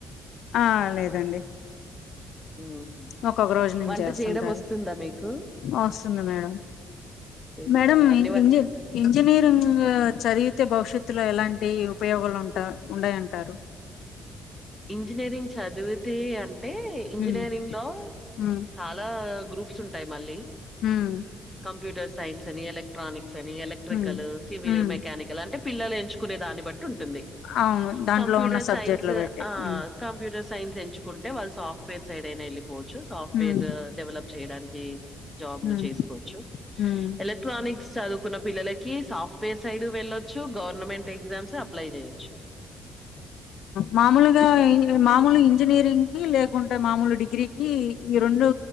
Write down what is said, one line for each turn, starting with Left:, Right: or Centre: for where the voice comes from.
Left: ఆ లేదండి
Centre: ఉహు
Left: ఒకొక్క రోజు నుంచి
Centre: వంట
Left: వస్తుంటారు
Centre: చేయడం వస్తుందా మీకు
Left: వస్తుంది మేడం
Centre: చేస్తారా
Left: మేడం
Centre: అన్ని
Left: ఇం ఇంజనీరింగ్ చదివితే భవిష్యత్తులో ఎలాంటి వంటి ఉపయోగాలు ఉండ ఉన్నాయంటారు
Centre: ఇంజనీరింగ్ చదివితే అంటే ఇంజనీరింగ్
Left: ఉమ్
Centre: లో
Left: ఉమ్
Centre: చాలా గ్రూప్స్ ఉంటాయి మళ్ళీ
Left: ఉమ్
Centre: కంప్యూటర్స్ సైన్స్ అని ఎలక్ట్ర్రానిక్స్ ని ఎలక్ట్రికల్
Left: ఉమ్
Centre: సివిల్
Left: ఉమ్
Centre: మెకానికల్ అంటే పిల్లలు ఎంచు కునే దాన్ని బట్టి ఉంటుంది
Left: అవును దాంట్లో
Centre: కంప్యూటర్
Left: ఉన్న సబ్జెక్ట్లు
Centre: సైన్స్
Left: బట్టి
Centre: ఆ
Left: ఉమ్
Centre: కంప్యూటర్ సైన్స్ పెంచుకుంటే వాళ్ళ సాఫ్ట్వేర్ సైడ్ అయినళ్ళి పోచ్చు సాఫ్ట్వేర్
Left: ఉమ్
Centre: డేవలప్ చేయడానికి జాబ్లు
Left: ఉమ్
Centre: చేసుకోవచ్చు
Left: ఉమ్
Centre: ఎలక్ట్రానిక్స్ చదువుకున్న పిల్లలకి సాఫ్ట్వేర్ సైడ్ వెళ్లొచ్చు గవర్నమెంట్ ఎగ్జామ్స్ అప్లై చేయొచ్చు
Left: మామూలుగా మామూలు ఇంజనీరింగ్ కి లేకుంటే మామూలు డిగ్రీకి ఈ రెండు